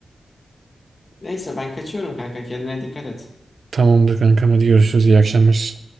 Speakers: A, on the left; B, on the right.
A: Neyse ben kaçıyorum kanka kendine dikkat et.
B: Tamamdır kankam hadi görüşürüz iyi akşamlar.